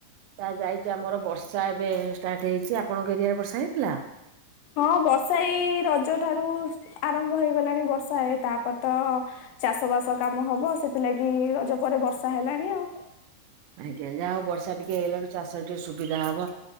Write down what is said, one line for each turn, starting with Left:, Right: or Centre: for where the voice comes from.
Right: ତା ଯାଇଛି ଆମର ବର୍ଷା ଏ ହେଇଛି ଆପଣଙ୍କ ଏରଆରେ ବର୍ଷା ହେଇଥିଲା।
Left: ହଁ ବର୍ଷା ଏଇ ରଜ ଠାରୁ ଆରମ୍ଭ ହେଇଗଲାଣି ବର୍ଷା ତାପରେ ତ ଚାଷ ବାସ କାମ ହବ ସେଥିଲାଗି ରଜ ପରେ ବର୍ଷା ହେଲାଣି ଆଉ।
Right: ଆଜ୍ଞା ଯାହା ହଉ ବର୍ଷା ଟିକେ ହେଇଗଲାଣି। ଚାଷ ଟିକେ ସୁବିଧା ହବ